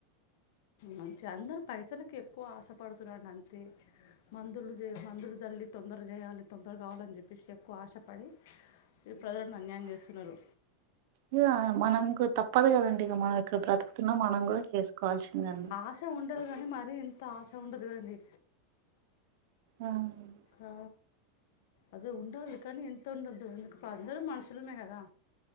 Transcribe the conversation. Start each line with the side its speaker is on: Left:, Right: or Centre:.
Left: మంచిగా అందరు పైసలకి ఎక్కువ ఆశపడుతున్నరండి అంతే. మందులు చే మందులు చల్లి తొందర చేయాలి, తొందర కావాలని చెప్పేశి ఎక్కువ ఆశపడి ప్రజలను అన్యాయం చేస్తున్నరు.
Right: ఇగ మనకు తప్పదు కదండి ఇగ మనం ఇక్కడ బ్రతుకుతున్నం మనం కూడా చేసుకోవాల్సిందే అండి.
Left: ఆశ ఉండాలి కానీ మరి ఇంత ఆశ ఉండద్దు కదండి.
Right: అంతే
Left: ఆ అదే ఉండాలి. కనీ ఇంత ఉండద్దు ఎందుకు ఇప్పుడు అందరం మనుషులమే కదా.